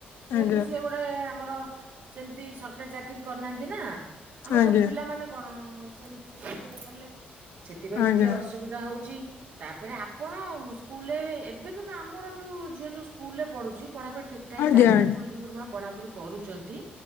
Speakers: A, on the left (about 85°); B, on the right (about 60°).
A: ଆଜ୍ଞା
B: ତୁ ସେଇ ଗୋଡ଼ାଏ ଆମର ସେମିତି ସରକାରୀ ଚାକିରି କରିନାହାଁନ୍ତି ନା? ଆମର
A: ଆଜ୍ଞା।
B: ସବୁ ପିଲାମାନୋନ କଣ ସେମିତି ସେ ସ୍କୁଲ ରେ ପଢିଲେ। ସେଥିପାଇଁ
A: ଆଜ୍ଞା
B: ଟିକେ ଅସ୍ ସୁବିଧା ହଉଚି। ତାପରେ ଆପଣ ସ୍କୁଲ ରେ ଏବେ କିନ୍ତୁ ଆମର ଯୋଉ ଝିଅ ଯୋଉ ସ୍କୁଲ ପଢୁଚି ପଢ଼ାପଢି ଠିକ୍
A: ଆଜ୍ଞା
B: ଚାଲିଚି
A: ଆଜ୍ଞା
B: ଗୁରୁଜୀ ଗୁରୁମା ପଢାପଢି କରୁଚନ୍ତି